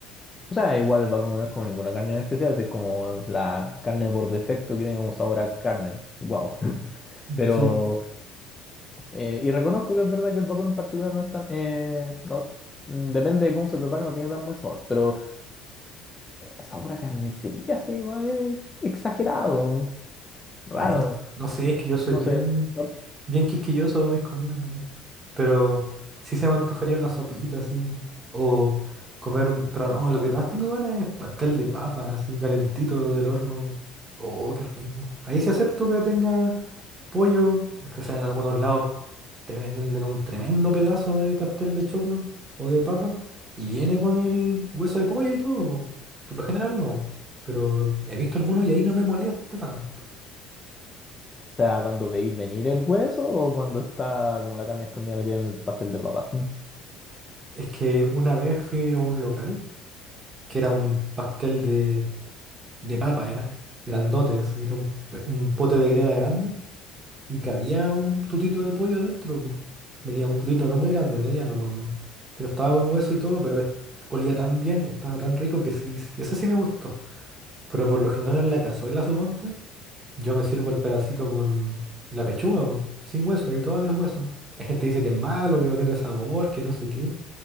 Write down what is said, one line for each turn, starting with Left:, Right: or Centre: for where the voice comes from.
Left: O sea, igual vacuno no es como ninguna carne en especial, es como la carne por defecto que tiene como sabor a carne. Wow. <laughs> Pero.
Right: Sí.
Left: Eh, y reconozco que es verdad que el vacuno en particular no es tan... eh, no- mm, depende de cómo se prepare, no tiene tan buen sabor, pero sabor a carnicería, sí, igual es exagerado, raro,
Right: Y ahí no, no sé, es que yo
Left: no
Right: soy bien,
Left: sé. ¿no?
Right: bien quisquilloso para mis comidas, ¿no? Pero sí se me antojaría una sopita así. O comer un. Pero no, lo que más tengo ganas es pastel de papa, así, calentito del horno. Oh, qué rico. Ahí sí acepto que tenga pollo. Es que, o sea, en algunos lados te venden un tremendo pedazo de pastel de choclo o de papa y viene con el hueso de pollo y todo. po. Por lo general no, pero he visto algunos y ahí no me molesta tanto.
Left: Quizá cuando veis venir el hueso o cuando está como la carne escondida metida en el pastel de papa. Mm.
Right: Es que una vez fui a un local que era un pastel de, de papa, era grandote, así, era un, pe- un pote de greda grande y cabía un tutito de pollo dentro po. Venía un tutito no muy grande, mediano más o menos, pero estaba con hueso y todo, pero es- olía tan bien y estaba tan rico que sí, sí, ese sí me gustó. Pero por lo general en la cazuela, suponte, yo me sirvo el pedacito con la pechuga, po, sin hueso, ahí toda deshuesa. La gente dice que es malo, que no tiene sabor, que no sé qué.